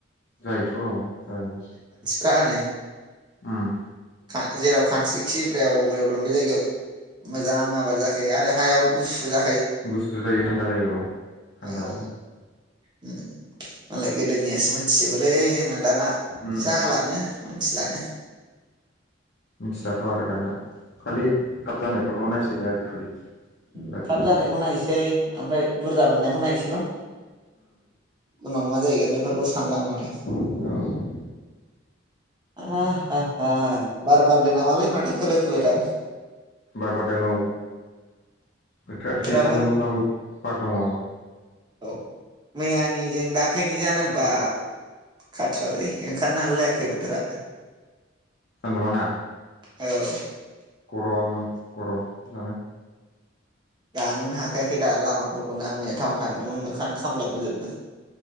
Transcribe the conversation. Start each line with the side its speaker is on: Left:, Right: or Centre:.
Left: जायोथ' जायो।
Right: गाआानो
Left: उम
Right: खा ओ जेराव खानस्रि खि ब्रेव-ब्रेव दं बे जायगायाव मोजां आबाद जाखायो आरो हायाबो गुसु जा
Left: बुसु जायो थान्दा जायो औ थान्दा
Right: औ उम मालाय गोदोनियासो मिथिजबोलै जोंना दाना
Left: उम
Right: जाला मानथिलानो
Left: मिथिलाथ' आरो दाना खालि थाब जानायफोरखौल' नायसै आजिखालि।
Right: उम
Left: गासैबो
Right: थाब जानायखौ नायसै ओमफ्राय बुरजा मोननायखौ नायसै। न' उनाव मा जायैगोन बेफोरखै सा सानलानो माथो।
Left: उम
Right: आ हा-हा बार-बारदो नामालै माथो खोलो-खोलोथार
Left: बार बादों औ बोथोरा
Right: बोथोराबो
Left: दिनै सान्दुं दब्लाबो बार दङ।
Right: औ मैयानि जों दाख्लैनि जानो हबा खाथ्रालै ओंखनो हालाय लायाखै बोथोरा।
Left: सानदुंङा ना।
Right: औ
Left: गरम-गरम गोजानो
Right: गानोनो हाखायाखै दा लामाफोरखौनो आं मैया टाउन थांदोंमोन मोखाङानो खामलाबोजोबदों।